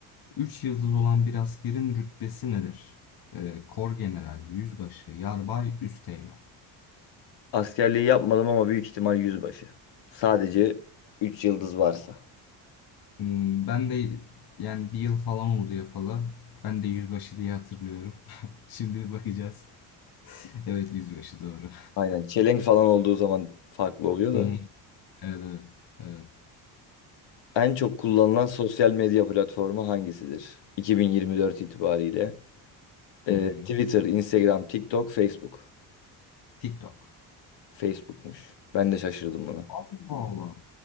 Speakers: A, on the left (about 50°); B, on the left (about 65°).
A: 3 yıldız olan bir askerin rütbesi nedir? Ee, kor general, yüzbaşı, yarbay, üsteğmen.
B: Askerliği yapmadım ama büyük ihtimal yüzbaşı. Sadece 3 yıldız varsa.
A: Hmm, ben de yani bir yıl falan oldu yapalı. Ben de yüzbaşı diye hatırlıyorum. <laughs> Şimdi bakacağız. Evet yüzbaşı doğru.
B: Aynen çelenk falan olduğu zaman farklı oluyor
A: Hı
B: da.
A: hı, Evet evet. Evet.
B: En çok kullanılan sosyal medya platformu hangisidir? 2024 itibariyle. Ee,
A: Hı hı.
B: Twitter, Instagram, TikTok, Facebook.
A: TikTok.
B: Facebook'muş. Ben de şaşırdım buna.
A: Allah Allah.